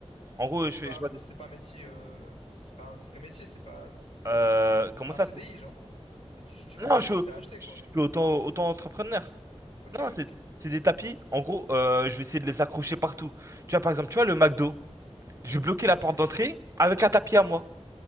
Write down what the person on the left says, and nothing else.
C'est
pas,
un-
c'est pas un métier... euh, C'est pas un vrai métier, c'est pas...
C'est
pas
un CDI,
genre. C'est- Tu, tu vends
des tapis
que t'as achetés,
quoi.
Ok,
ouais,
ok.
Ouais.